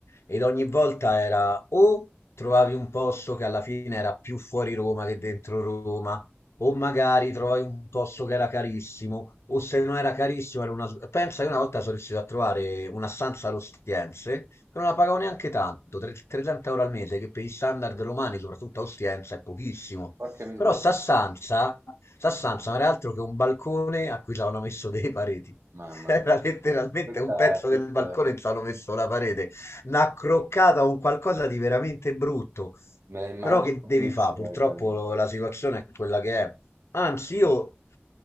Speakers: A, on the left; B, on the right.
A: ed ogni volta era o trovavi un posto che alla fine era più fuori Roma che dentro Roma, o magari trovavi un posto che era carissimo, o se non era carissimo era una... s- Pensa che una volta sono riuscito a trovare una stanza allo Ostiense, che non la pagavo neanche tanto, tre- 30 euro al mese, che per gli standard romani, soprattutto a Ostiense, è pochissimo.
B: Porca miseria,
A: Però Sassanza, Sassanza non era altro che un balcone a cui ci avevano messo dei pareti.
B: mamma
A: <laughs> Era
B: mia.
A: letteralmente
B: Questa,
A: un pezzo
B: questa
A: del balcone
B: me
A: e ci avevano messo la parete. Una croccata, un qualcosa di veramente brutto.
B: la immagino
A: Però che devi
B: benissimo.
A: fare? Purtroppo
B: questa-
A: la situazione è quella che è. Anzi, io